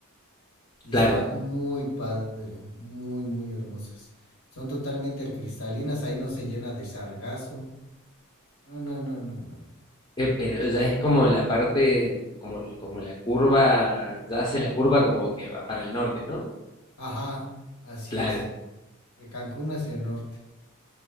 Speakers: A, on the left; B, on the left.
A: Y
B: claro.
A: está muy padre, muy, muy hermosas. Son totalmente cristalinas, ahí no se llena de sargazo. No, no, no, no, no. no.
B: Eh, pero
A: Y es-
B: ya es como la parte, como, como la curva, ya hace la curva como que va para el norte, ¿no?
A: Ajá, así
B: Claro,
A: es. De Cancún hacia el norte.